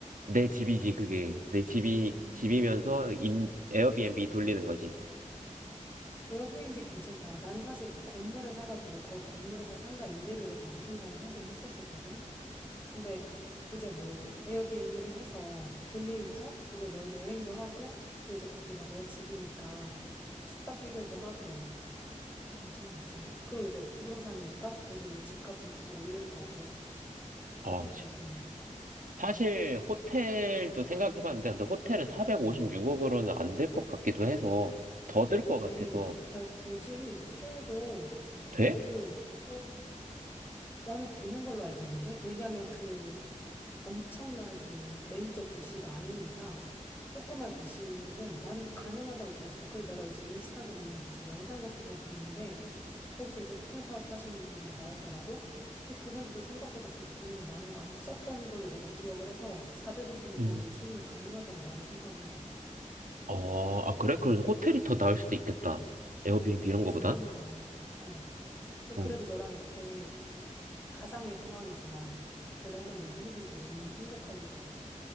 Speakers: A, on the right; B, on the left.
A: 내 집이지, 그게. 내 집이,
B: 음,
A: 집이면서 임, 에어비앤비 돌리는 거지.
B: 에어비앤비 괜찮다. 나는 사실 그 건물을 사가지고 그 건물에서 상가 임대료를 받을 생각을 하긴 했었었거든. 근데 이제 뭐 에어비앤비를 해서 돌리면서 이제 너 여행도 하고 또 이제 거기가 너 집이니까 숙박 해결도 하고 그것도 괜찮은 것 같은데. 그리고 이제 부동산이니까 계속 이제 집값은 계속 올릴 거고 그것도
A: 어,
B: 괜찮네.
A: 사실 호텔도 생각해봤는데 근데 호텔은 456억으로는
B: 음.
A: 안 될 것 같기도 해서 더 들 것 같아서
B: 에이, 그 되지. 호텔도
A: 돼?
B: 그 어, 나는 되는 걸로 알고 있는데 왜냐면 그 엄청난 그 메이저 도시가 아닌 이상 조그만 도시는 나는 가능하다고 들었어. 그래서 내가 요즘 인스타그램에 무슨 영상 같은 걸 보는데 거기서 이제 호텔 사업 하시는 분들이 나오더라고. 근데 그분들도 생각보다 그렇게 돈을 많이 안 썼던 걸로 내가 기억을 해서 456억으로
A: 응.
B: 충분히 가능하다고 나는 생각을 해.
A: 어, 아 그래? 그럼 호텔이 더 나을 수도 있겠다. 에어비앤비
B: 응, 계속
A: 이런 거보단?
B: 숙박료 나오니까. 어. 근데
A: 어.
B: 그래도 너랑 이렇게 가상의 상황이지만 그래도 한번 얘기해보니까 너무 행복하긴 하다.